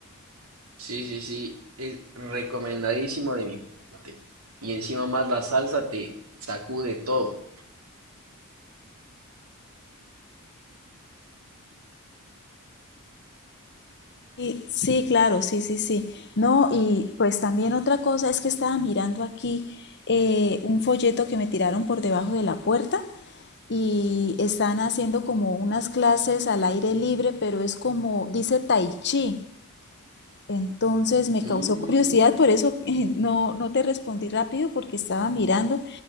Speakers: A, on the right; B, on the left.
A: Sí, sí, sí. Es recomendadísimo de mi parte. Y encima más la salsa te sacude todo.
B: Sí, sí, claro, sí, sí, sí. No, y pues también otra cosa es que estaba mirando aquí eh, un folleto que me tiraron por debajo de la puerta y están haciendo como unas clases al aire libre, pero es como, dice tai chi. Entonces me causó
A: Mm,
B: curiosidad, por eso eh, no, no te respondí rápido porque estaba mirando